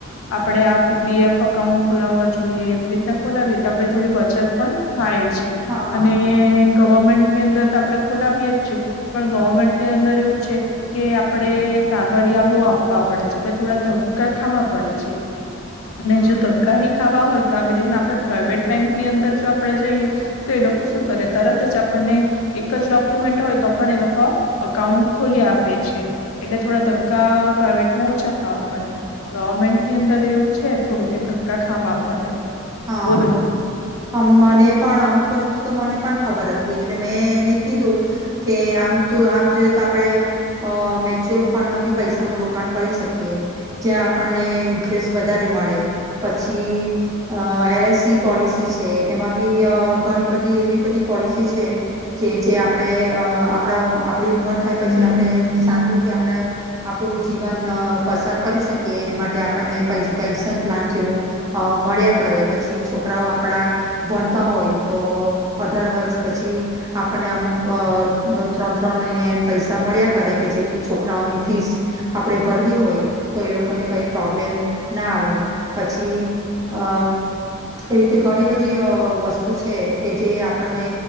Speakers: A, on the left; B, on the right.
A: આપણે આ પીપીએફ એકાઉન્ટ ખોલાવા જોઈએ એવી રીતના ખોલાવીએ તો આપણે થોડી બચત પણ થાય છે
B: હા
A: અને ગવર્મેન્ટ ની અંદર તો આપણે ખોલાવીએ જ છે પણ ગવર્મેન્ટની અંદર એવું છે કે આપડે કાગડિયા બહુ આપવા પડે છે એટલે થોડા ધક્કા ખાવા પડે છે. અને
B: હમ
A: જો ધક્કાની ખાવા હોય તો આવી રીતના આપણે પ્રાઇવેટ બેંક ની અંદર જોબ આપણે જઈએ તો એ લોકો શું કરે તરત જ આપણને એક જ ડોક્યુમેન્ટ હોય તો પણ એ લોકો અકાઉન્ટ ખોલી આપે છે. એટલે થોડા ધક્કા પ્રાઇવેટમાં ઓછા ખાવા પડે. ગવર્મેન્ટની અંદર એવું છે થોડું કે ધક્કા ખાવા પડે.
B: હા
A: બોલો
B: હમા ને પણ અમુક વસ્તુ તો મને પણ ખબર હતી એટલે મેં એને કીધું કે આમ તો આમ જોયું તો આપણે અ મ્યચ્યુઅલ ફંડમાં બી પૈસાનું રોકાણ કરી શકીએ જ્યાં આપણને ઇન્ટરેસ્ટ વધારે મળે પછી અ એલઆઈસી પોલિસી છે એમાં બી અ ઘણી બધી એવી બધી પોલિસી છે કે જે આપણે અ આપણા આપણી ઉંમર થાય પછી આપણે શાંતિથી આપણે આપણું જીવન અ પસાર કરી શકીએ એને માટે આપણને પ પેન્શન પ્લાન અ જેવું મળ્યા કરે પછી છોકરાઓ આપડા ભણતા હોય તો અઢાર વર્ષ પછી આપણને અમુક અ ત્રણ-ત્રણ મહિને એમ પૈસા મળ્યા કરે કે જેથી છોકરાઓની ફીસ આપણેે ભરવી હોય તો એ લોકોને કઈ પ્રોબ્લેમ ના આવે પછી અ એવી રીતે ઘણી બધી અ વસ્તુ છે કે જે આપણને